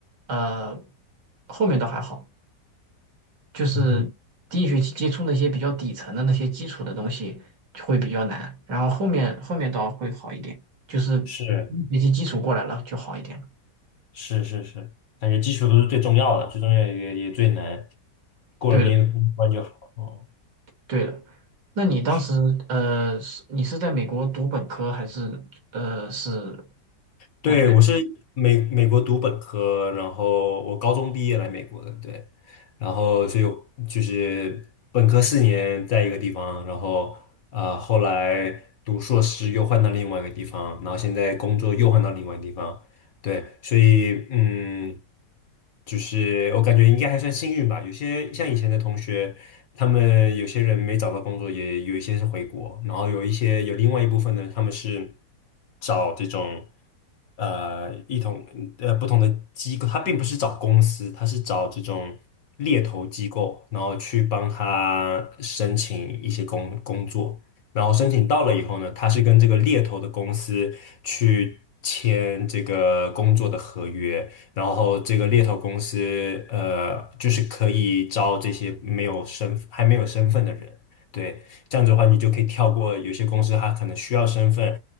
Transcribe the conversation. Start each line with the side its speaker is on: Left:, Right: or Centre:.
Right: 呃，后面倒还好。就是第一学期接触那些比较底层的那些基础的东西就会比较难，
Left: 嗯
Right: 然后后面后面倒会好一点，就是第
Left: 是
Right: 一学期基础过来了就好一点了。
Left: 是是是，感觉基础都是最重要的，最重要也也最难，过了那一关就好。
Right: 对的，
Left: 哦，
Right: 对的。那你当时呃，
Left: 是。
Right: 是你是在美国读本科还是呃是
Left: 对，
Right: 在读研？
Left: 我是美美国读本科，然后我高中毕业来美国的，对，然后所以我就是本科四年在一个地方，然后啊、呃后来读硕士又换到另外一个地方，然后现在工作又换到另外一个地方，对，所以嗯，就是我感觉应该还算幸运吧。有些像以前的同学，他们有些人没找到工作，也有一些是回国，然后有一些有另外一部分呢，他们是找这种呃一同呃不同的机构，他并不是找公司，他是找这种猎头机构，然后去帮他申请一些工工作。然后申请到了以后呢，他是跟这个猎头的公司去签这个工作的合约，然后这个猎头公司呃，就是可以招这些没有身还没有身份的人，对，这样子的话你就可以跳过有些公司他可能需要身份，